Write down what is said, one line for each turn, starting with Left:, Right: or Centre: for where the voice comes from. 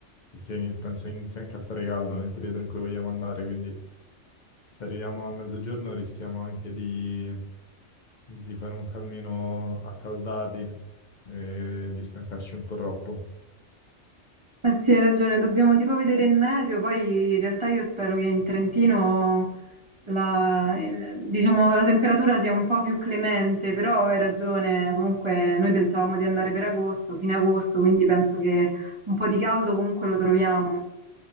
Left: perché in- penso inizia anche a fare caldo nel periodo in cui vogliamo andare, quindi se arriviamo a mezzogiorno rischiamo anche di, di fare un cammino accaldati e di stancarci un po' troppo.
Right: Eh sì, hai ragione, dobbiamo tipo vedere il meteo, poi in realtà io spero che in Trentino la, il- diciamo, la temperatura sia un po' più clemente, però hai ragione, comunque noi pensavamo di andare per agosto, fine agosto, quindi penso che un po' di caldo comunque lo troviamo.